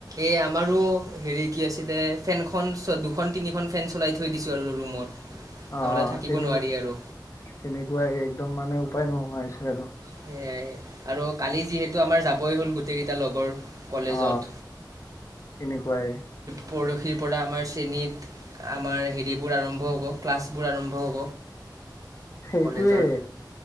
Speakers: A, on the right; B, on the left.
A: এই আমাৰো। হেৰি কি আছিলে ফেনখন চ দুখন তিনিখন ফেন চলাই থৈ দিছো আৰু ৰুমত।
B: অ
A: নহ'লে থাকিব
B: তেনেকুৱা
A: নোৱাৰি আৰু
B: তেনেকুৱাই একদম মানে উপায় নোহোৱা হৈছে আৰু।
A: সেইয়াই আৰু কালি যিহেতু আমাৰ যাবই হ'ল গোটেই কেইটা লগৰ কলেজত
B: অ তেনেকুৱাই।
A: পৰদশীৰ পৰা আমাৰ শ্ৰেণীত আমাৰ হেৰিবোৰ আৰম্ভ হ'ব ক্লাছবোৰ আৰম্ভ হ'ব।
B: সেইটোৱে।
A: কলেজৰ